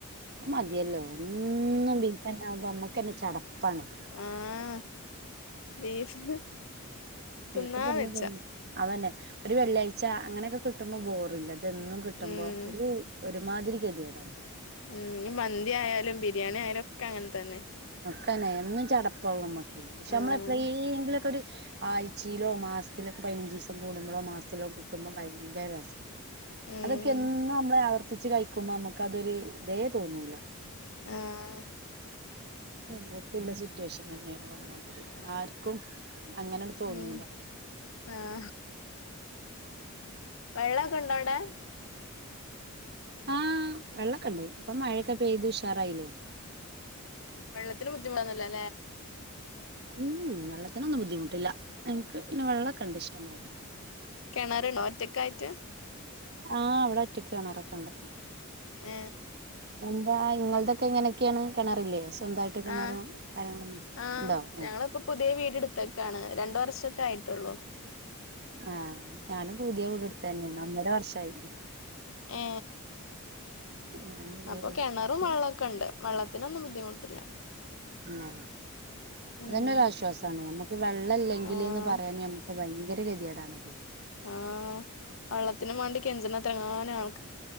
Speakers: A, on the right; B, on the left.
A: മതിയല്ലോ എന്നും ബീഫ്തന്നെയാ നമുക്ക് പിന്ന ചാട പണി
B: ആഹ് ബീഫ് ഇന്ന് തിന്നാ
A: ബീഫ് തിന്ന്
B: വെച്ച
A: തിന്ന് അതന്നെ ഒരു വെള്ളിയാഴ്ച അങ്ങനെയൊക്കെ കിട്ടുമ്പോ ബോറില്ല ഇതും എന്നും കിട്ടുമ്പോ
B: ഉം
A: ഒരു ദി ഒരു ഒരു മാതിരി ഗതികേടാണ്
B: ഉ ഈ മന്തിയാലും ബിരിയാണി ആയാലും ഒക്കെ അങ്ങനത്തെ- തന്നെ
A: തന്നെ എന്നും ചടപ്പാകുംനമ്മക്കെ പിന്നെഷേ
B: ആഹ്
A: നമ്മള് എപ്പേഴെങ്കില് ഒരു ആഴ്ചയിലോ മാസത്തിലൊക്കെ പതിനഞ്ച് ദിവസം കൂടുമ്പോളോ മാസത്തിലോ കിട്ടുമ്പോ ഭയങ്കര രസാ
B: ഉം
A: അതൊക്കെ എന്നും നമ്മള് ആവർത്തിച്ച് കഴിക്കുമ്പോ നമുക്ക് അതൊരു ഇതേ തോന്നൂല്ല
B: ആഹ്
A: കുറച്ച് ഉല്ലാസ സ്റ്റേഷൻ തന്നെ അവര് പറഞ്ഞത് ആർക്കും അങ്ങനട് തോന്നൂല
B: ഉം ആഹ് വെള്ളമൊക്കെ ഉണ്ടോ അവിടെ
A: ആഹ വെള്ളമൊക്കെണ്ട് ഇപ്പൊ മഴക്കെ പെയ്തു ഉഷാറായില്ലേ
B: വെള്ളത്തിന് ബുദ്ധിമുട്ടയുണ്ടരുന്നല്ലേ
A: ഉം വെള്ള വെള്ളത്തിനൊന്നും ബുദ്ധിമുട്ടില്ലഞങ്ങൾക്ക് പിന്നെ വെള്ളംഒക്കെ ഉണ്ട്ഇഷ്ടംമാതിരി
B: കിണറുണ്ടോ ഒറ്റക്ക ആയിട്ട്
A: ആ അവിടെ ഒറ്റക്ക് കിണറൊക്കെ ഉണ്ട്
B: ഏ
A: എന്താ ഇങ്ങളതൊക്കെ ഇങ്ങനെയൊക്കെയാണ് കിണറില്ലേ സ്വന്തായിട്ട് കിണറും
B: ആ
A: കാര്യങ്ങളൊന്നും
B: ആ
A: ഉണ്ടോ
B: ഞങ്ങളിപ്പൊ
A: ഏഹ്
B: പുതിയ വീടു എടുത്തേക്കാണ് രണ്ടു വർഷം സെറ്റ് ആയിട്ടുള്ളൂ
A: ആഹ് ഞാനും പുതിയ വീട് എടുത്ത തന്നെയാണ് ഒന്നര വർഷമായി
B: ഏ
A: ഞാൻ പുതിയ
B: അപ്പൊ
A: വീടൊക്കെ
B: കിണറും
A: എടുത്ത്
B: വെള്ളമൊക്കെ ഉണ്ട് വെള്ളത്തി അതിനൊന്നും ബുദ്ധിമുട്ടില്ല
A: ആ
B: ഉം
A: അതന്നെ ഒരരാശ്വാസമാണ് നമ്മുക്ക് വെള്ളല്ലെങ്കില്
B: ആഹ്
A: പറയാൻ നമ്മക്ക് ഭയങ്കര ഗതികേടാണ്
B: ആ വെള്ളത്തിനും വേണ്ടി കെഞ്ചുന്നത്രങ്ങാനെ ആൾ